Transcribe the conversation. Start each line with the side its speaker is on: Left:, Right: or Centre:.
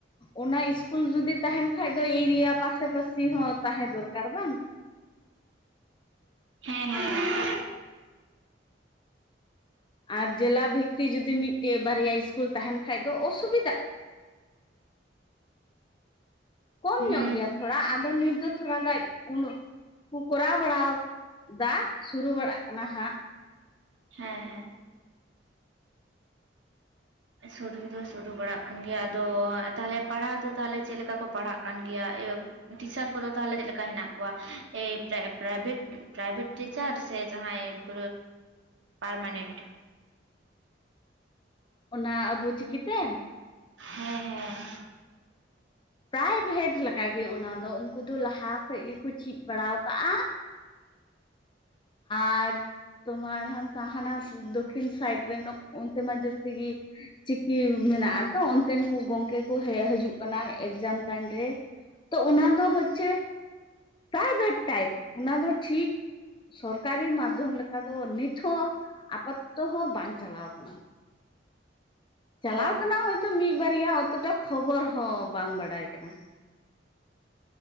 Left: ᱚᱱᱟ ᱤᱥᱠᱩᱞ ᱡᱩᱫᱤ ᱛᱟᱦᱮᱱ ᱠᱷᱟᱱ ᱵᱟᱠᱷᱟᱡ ᱫᱚ ᱮᱨᱤᱭᱟ ᱯᱟᱥᱟᱯᱟᱥᱤ ᱦᱚᱸ ᱛᱟᱦᱮᱸ ᱫᱚᱨᱠᱟᱨ ᱵᱟᱝ
Right: ᱦᱮᱸ ᱦᱮᱸ
Left: ᱟᱨ ᱡᱮᱞᱟ ᱵᱷᱤᱛᱛᱤ ᱡᱩᱫᱤ ᱢᱤᱫᱴᱮᱡ ᱵᱟᱨᱭᱟ ᱤᱥᱠᱩᱞ ᱛᱟᱦᱮᱱ ᱠᱷᱟᱡ ᱫᱚ ᱚᱥᱩᱵᱤᱫᱟᱜ ᱠᱚᱢ
Right: ᱦᱩᱸ
Left: ᱧᱚᱜ ᱜᱮᱭᱟ ᱛᱷᱚᱲᱟ ᱟᱫᱚ ᱱᱤᱛ ᱫᱚ ᱛᱷᱚᱲᱟ ᱜᱟᱱ ᱩᱱ ᱠᱚ ᱠᱚᱨᱟᱣ ᱵᱟᱲᱟᱣᱟ ᱥᱩᱨᱩ ᱵᱟᱲᱟᱜ ᱠᱟᱱᱟ ᱦᱟᱸᱜ
Right: ᱦᱮᱸ ᱦᱮᱸ
Left: <inaudible>
Right: ᱥᱩᱨᱩ ᱫᱚ ᱥᱩᱨᱩ ᱵᱟᱲᱟᱜ ᱠᱟᱱ ᱜᱮᱭᱟ ᱟᱫᱚ ᱛᱟᱦᱚᱞᱮ ᱯᱟᱲᱦᱟᱣ ᱫᱚ ᱛᱟᱦᱚᱞᱮ ᱪᱮᱫ ᱞᱮᱠᱟ ᱠᱚ ᱯᱟᱲᱦᱟᱜ ᱠᱟᱱ ᱜᱮᱭᱟ ᱴᱤᱪᱟᱨ ᱠᱚᱫᱚ ᱛᱟᱦᱚᱞᱮ ᱪᱮᱫ ᱞᱮᱠᱟ ᱦᱮᱱᱟᱜ ᱠᱚᱣᱟ ᱯᱨᱟᱭᱵᱷᱮᱴ ᱯᱨᱟᱭᱵᱷᱮᱴ ᱴᱤᱪᱟᱨ ᱥᱮ <unintelligible> ᱵ
Left: <inaudible>
Right: ᱯᱟᱨᱢᱮᱱᱴ
Left: ᱚᱱᱟ ᱟᱵᱩ ᱪᱤᱠᱤᱛᱮ?
Right: ᱦᱮᱸ ᱦᱮᱸ
Left: ᱯᱨᱟᱭᱵᱷᱮᱴ ᱞᱮᱠᱟᱜᱮ ᱚᱱᱟ ᱫᱚ ᱩᱱᱠᱩ ᱫᱚ ᱞᱟᱦᱟ ᱠᱷᱚᱡ ᱜᱮᱠᱚ ᱪᱮᱫ ᱵᱟᱲᱟ ᱠᱟᱜᱼᱟ ᱟᱨ ᱛᱳᱢᱟᱨ ᱦᱟᱱ ᱦᱟᱱᱟ ᱫᱚᱠᱠᱷᱤᱱ ᱥᱟᱭᱤᱰ ᱨᱮᱱ ᱚᱱᱛᱮ ᱢᱟ ᱡᱟᱹᱥᱛᱤ ᱜᱮᱤ ᱪᱤᱠᱤ ᱢᱮᱱᱟᱜᱼᱟ ᱛᱚ ᱚᱱᱛᱮᱱ ᱠᱚ ᱜᱚᱝᱠᱮ ᱠᱚ ᱦᱮᱡ ᱦᱤᱡᱩᱜ ᱠᱟᱱᱟ <unintelligible> ᱛᱚ ᱚᱱᱟ ᱫᱚ ᱦᱚᱪᱪᱷᱮ ᱯᱨᱟᱭᱵᱷᱮᱴ ᱴᱟᱭᱤᱯ ᱚᱱᱟ ᱫᱚ ᱴᱷᱤᱠ ᱥᱚᱨᱠᱟᱨᱤ ᱤ ᱢᱟᱫᱽᱫᱷᱚᱢ ᱞᱮᱠᱟ ᱫᱚ ᱱᱤᱛ ᱦᱚᱸ ᱟᱯᱟᱛᱛᱚ ᱦᱚᱸ ᱵᱟᱝ ᱪᱟᱞᱟᱣ ᱟᱠᱟᱱᱟ ᱾ ᱪᱟᱞᱟᱣ
Right: ᱚ
Left: ᱠᱟᱱᱟ ᱦᱚᱭᱛ ᱢᱤᱫ ᱵᱟᱨᱭᱟ ᱚᱛᱚᱴᱟ ᱠᱷᱚᱵᱚᱨ ᱦᱚᱸ ᱵᱟᱝ ᱵᱟᱲᱟᱭ ᱠᱟᱱᱟ ᱾